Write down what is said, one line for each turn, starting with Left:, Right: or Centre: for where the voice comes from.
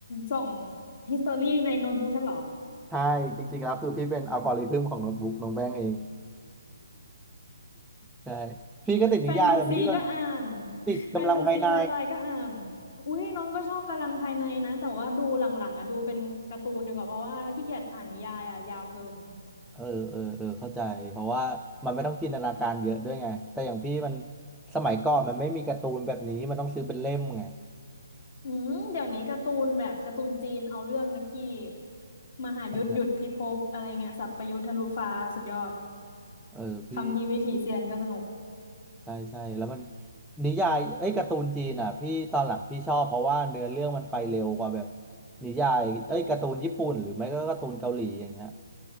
Left: ส่องฮิสตอรี่ในโน้ตบุ๊กฉันเหรอ
Centre: ใช่จริงๆแล้วคือพี่เป็นอัลกอริทึมของโน้ตบุ๊กน้องแป้งเองใช่พี่ก็ติดนิยายแต่พี่มัน
Left: แฟนตาซีก็อ่าน
Centre: ติดกำลังภายใน
Left: แฟนตาซีไซไฟก็อ่านอุ้ยน้องก็ชอบกำลังภายในนะแต่ว่าดูหลังๆอ่ะดูเป็นการ์ตูนดีกว่าเพราะว่าขี้เกียจอ่านนิยายอ่ะยาวเกิน
Centre: เออเออเออเข้าใจเพราะว่ามันไม่ต้องจินตนาการเยอะด้วยไงแต่อย่างพี่มันสมัยก่อนมันไม่มีการ์ตูนแบบนี้มันต้องซื้อเป็นเล่มไง
Left: อืมเดี๋ยวนี้การ์ตูนแบบการ์ตูนจีนเอาเรื่องนะพี่มหายุทธหยุดพิภพอะไรเงี้ยสัพพยุทธทะลุฟ้าสุดยอด
Centre: นั่นแหละเออพี่
Left: คัมภีร์วิถีเซียนก็สนุก
Centre: ใช่ใช่แล้วมันนิยายเอ้ยการ์ตูนจีนอ่ะพี่ตอนหลังพี่ชอบเพราะว่าเนื้อเรื่องมันไปเร็วกว่าแบบนิยายเอ้ยการ์ตูนญี่ปุ่นหรือไม่ก็การ์ตูนเกาหลีอย่างเงี้ย